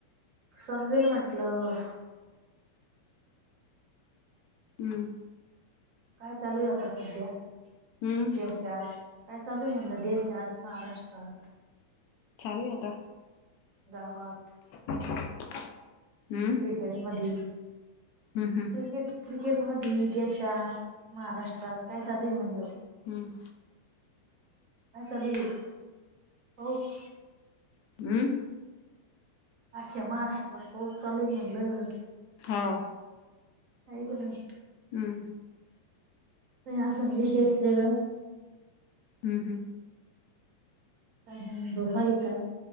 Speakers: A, on the right; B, on the left.
A: <inaudible> समजेल म्हंटलं.
B: हम्म
A: काय चालू आहे आता सध्या
B: हं.
A: देशात? काय चालू आहे म्हणलं देशात, महाराष्ट्रात?
B: चालुय आता.
A: गावात?
B: हम्म
A: खेडेमदी?
B: हम्म हम्म
A: क्रिकेट क्रिकेट मध्ये देशात, महाराष्ट्रात काय चालूय म्हणलं?
B: हम्म
A: काय चालु आहे, पाऊस?
B: अं?
A: अख्या महाराष्ट्रात पाऊस चालू आहे म्हटलं.
B: हां
A: ऐकु नाही <unintelligible>
B: हम्म
A: काय आसन विषस वेगळं.
B: हम्म हम्म
A: काय ह झोप आली काय?